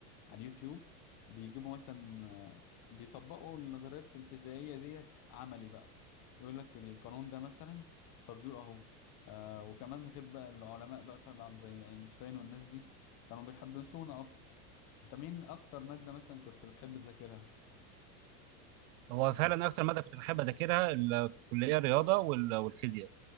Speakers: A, on the left (about 40°); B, on the right (about 55°).
A: على اليوتيوب بيجيبوا مثلا آه، بيطبقوا النظريات الفيزيائية ديت عملي بقى يقول لك القانون ده مثلا تطبيقه اهو آه وكمان غير بقى العلماء بقى طبعا زي اينشتاين والناس دي كانوا بيحبسونا اكتر انت مين اكتر مادة مثلا كنت بتحب تذاكرها
B: هو فعلا اكتر ماده كنت بحب اذاكرها ال- في الكليه الرياضه وال- والفيزياء